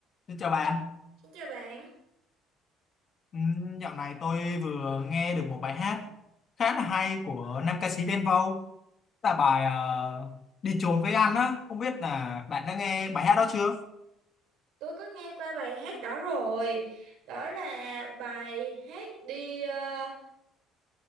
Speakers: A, on the left; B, on the right.
A: Xin chào bạn,
B: Xin chào bạn,
A: Ừm, dạo này tôi vừa nghe được một bài hát khá là hay của nam ca sĩ Đen Vâu là bài ờ, Đi trốn với anh á, không biết là bạn đã nghe bài hát đó chưa?
B: tôi có nghe qua bài hát đó rồi. Đó là bài hát đi ờ,